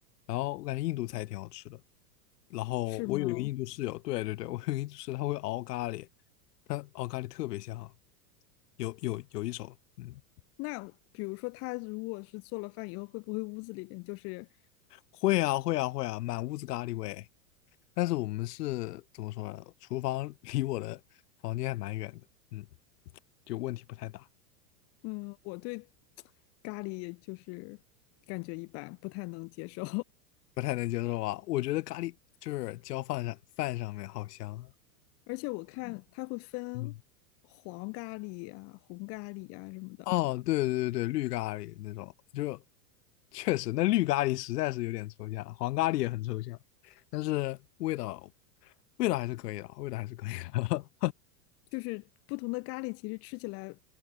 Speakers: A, on the left; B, on the left.
A: 然后我感觉印度菜也挺好吃的，然后我有一个印度室友，
B: 是吗？
A: 对对对，我有一个印度室友，他会熬咖喱，他熬咖喱特别香，有有有一手，嗯，
B: 那比如说他如果是做了饭以后，会不会屋子里面就是，
A: 会啊会啊会啊，满屋子咖喱味，但是我们是怎么说呢？厨房 <laughs> 离我的房间还蛮远的，嗯，就问题不太大，
B: 嗯，我对咖喱就是感觉一般，不太能接受，
A: 不太能接受啊，我觉得咖喱就是浇饭上饭上面好香啊。
B: <laughs> 而且我看他会分黄咖喱啊、
A: 嗯，
B: 红咖喱啊什么的。
A: 哦，对对对对，绿咖喱那种，就确实那绿咖喱实在是有点抽象，黄咖喱也很抽象，但是味道味道还是可以的，味道还是可以的，
B: 就是不同的咖喱，其实吃起来